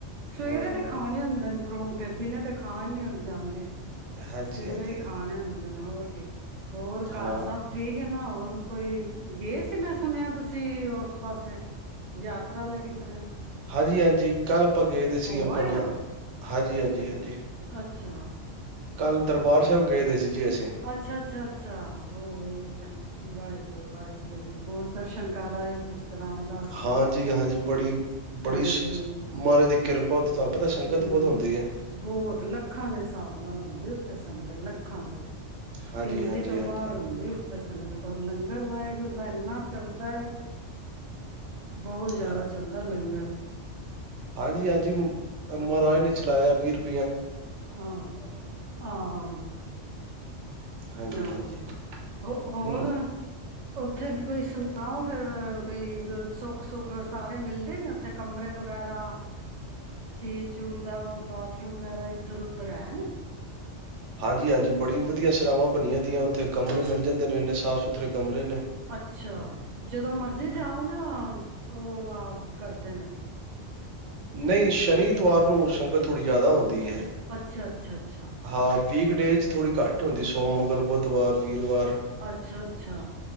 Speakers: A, on the right (about 45°); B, on the right (about 75°).
A: ਸਵੇਰੇ
B: ਹਮ
A: ਤਾਂ ਖਾਣੇ ਹੁੰਦੇ ਨੇ ਪਰੋਂਠ ਤੇ ਦਿਨੇ ਤੇ ਖਾਨ ਨਹੀਂ ਜਾਂਦੇ।
B: ਹਾਂਜੀ,
A: ਸਵੇਰੇ
B: ਹਾਂਜੀ,
A: ਹੀ ਖਾਣੇ
B: ਹਾਂਜੀ
A: ਹੁੰਦੇ ਨੇ, ਹੋਰ। <unintelligible> ਹੋਰ
B: ਹਾਂ।
A: ਘਰ ਸਭ ਠੀਕ ਹੈ ਨਾ, ਹੋਰ ਕੋਈ ਗਏ ਸੀ ਮੈਂ ਸੁਣਿਆ ਤੁਸੀਂ ਤੇ ਉਸ ਪਾਸੇ ਯਾਤਰਾ ਲਈ ਕਿੱਧਰ ਆ।
B: ਹਾਂਜੀ ਹਾਂਜੀ ਕੱਲ੍ਹ ਆਪਾਂ ਗਏ ਦੇ
A: ਹੋ
B: ਸੀ ਆਪਣਾ
A: ਆਏ ਹੋ
B: ਹਾਜੀ ਹਾਂਜੀ ਹਾਂਜੀ
A: ਅੱਛਾ
B: ਕੱਲ ਦਰਬਾਰ
A: ਅੱਛਾ,
B: ਸਾਹਿਬ ਗਏ ਦੇ ਸੀ। ਜੀ ਅਸੀਂ
A: ਅੱਛਾ ਅੱਛਾ ਅੱਛਾ ਹੋ। ਵਾਹਿਗੁਰੂ ਵਾਹਿਗੁਰੂ ਬਹੁਤ ਦਰਸ਼ਨ ਕਰ ਆਏ ਹੋ ਤੁਸੀਂ ਰਾਮਦਾਸ
B: ਹਾਂਜੀ,
A: ਜੀ ਦੇ।
B: ਹਾਂਜੀ ਬੜੀ ਬੜੀ
A: ਹਾਂਜੀ,
B: ਸ਼- ਮਹਾਰਾਜ ਦੀ ਕਿਰਪਾ ਉੱਥੇ ਤੁਹਾਨੂੰ ਪਤਾ ਸੰਗਤ
A: ਹੂੰ
B: ਬਹੁਤ ਹੁੰਦੀ ਹੈ
A: ਬਹੁਤ ਲੱਖਾਂ ਦੇ ਹਿਸਾਬ ਨਾ ਨਾ ਵੀਰੇ ਉੱਥੇ ਸੰਗਤ ਲੱਖਾਂ ਦੇ
B: ਹਾਂਜੀ,
A: ਗਿਣਤੀ
B: ਹਾਂਜੀ,
A: ਤੋਂ
B: ਹਾਂਜੀ।
A: ਬਾਹਰ ਹੁੰਦੀ। ਓਥੇ ਸੰਗਤ ਔਰ ਲੰਗਰ ਵਾਹਿਗੁਰ ਦਾ ਇੰਨਾ ਚੱਲਦਾ ਹੈ। ਬਹੁਤ ਜ਼ਿਆਦਾ
B: ਹਾਂ
A: ਚੱਲਦਾ ਲੰਗਰ
B: ਹਾਂਜੀ ਹਾਂਜੀ ਮਹਾਰਾਜ ਨੇ ਚਲਾਇਆ ਵੀਰ ਰੁਪਏ
A: ਆਹ ਆਹ
B: ਹਾਂਜੀ,
A: ਆਹੋ
B: ਹਾਂਜੀ। ਹੂੰ
A: ਹੋਰ ਉੱਥੇ ਵੀ ਕੋਈ ਸੁਣਾਓ ਫੇਰ ਕੋਈ ਸੁੱਖ ਸੁੱਖ ਸਾਰੇ ਮਿਲਦੇ ਨੇ ਉੱਥੇ ਕਮਰੇ ਵਗੈਰਾ ਚੀਜ ਚੂਜ ਦਾ ਬਾਥਰੂਮ ਵਗੈਰਾ ਇੱਧਰ ਉਧਰ ਹੈ ਨੇ।
B: ਹਾਂਜੀ ਹਾਂਜੀ ਬੜੀ ਵਧੀਆ ਸਰਾਵਾ ਬਣੀਆਂ ਦੀਆਂ ਉੱਥੇ ਕਮਰੇ ਮਿਲ ਜਾਂਦੇ ਨੇ ਇੰਨੇ ਸਾਫ਼ ਸੁਥਰੇ ਕਮਰੇ। ਨੇ।
A: ਅੱਛਾ ਜਦੋਂ ਮਰਜ਼ੀ
B: ਹਾਂ।
A: ਜਾਓ ਜਾਂ ਉਹ ਕਰਦੇ ਨੇ
B: ਨਹੀਂ ਸ਼ਨੀ ਐਤਵਾਰ ਨੂੰ ਸੰਗਤ ਥੋੜ੍ਹੀ ਜ਼ਿਆਦਾ ਹੁੰਦੀ ਹੈ
A: ਅੱਛਾ ਅੱਛਾ ਅੱਛਾ,
B: ਹਾਂ ਵੀਕਡੇਜ ਚ ਥੋੜ੍ਹੀ ਘੱਟ ਹੁੰਦੀ ਸੋਮ, ਮੰਗਲ, ਬੁੱਧਵਾਰ। ਵੀਰਵਾਰ।
A: ਅੱਛਾ ਅੱਛਾ